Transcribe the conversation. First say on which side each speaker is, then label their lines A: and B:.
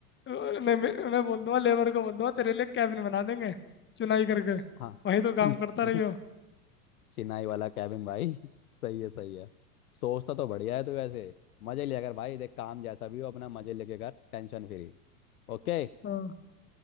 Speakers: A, on the left; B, on the left.
A: उन्हें उन्हें बोल दूंगा लेबर को बोल दूंगा तेरे लिए कैबिन बना देंगे चुनाई करके
B: हाँ
A: वहीं तो
B: <laughs>
A: काम करता
B: चि-
A: रहियो
B: चिनाई वाला कैबिन भाई <laughs> सही है सही है सोचता तो तो बढ़िया है तू वैसे मजे लिया कर भाई देख काम जैसा भी हो अपना मजे लेके कर टेंशन फ्री ओके
A: हाँ